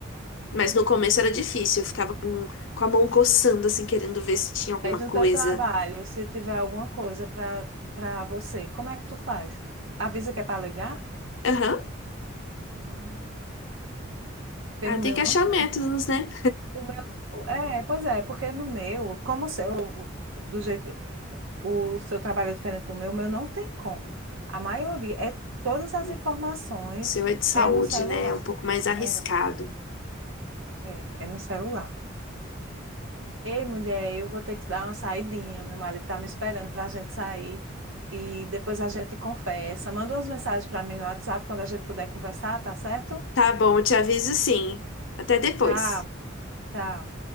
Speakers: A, on the left (about 65°); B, on the right (about 85°).
A: mas no começo era difícil, eu ficava com, com a mão coçando assim, querendo ver se tinha alguma
B: Aí no
A: coisa.
B: teu trabalho, se tiver alguma coisa para para você, como é que tu faz? Avisa que é para ligar?
A: Aham.
B: Ah. Porque
A: Ah,
B: no meu
A: tem que
B: não
A: achar
B: tem.
A: métodos, né?
B: O meu... É, pois é, porque no meu, como o seu, do jeito, o seu trabalho é diferente do meu, o meu não tem como. A maioria, é todas as
A: O
B: informações
A: seu é de saúde,
B: é no celular.
A: né? É um pouco mais arriscado.
B: É, é é no celular. Ei, mulher, eu vou ter que dar uma saidinha. Meu marido tá me esperando para a gente sair e depois a gente conversa. Manda umas mensagens para mim no WhatsApp quando a gente puder conversar, tá certo?
A: Tá bom, eu te aviso sim. Até depois.
B: Tchau, tchau.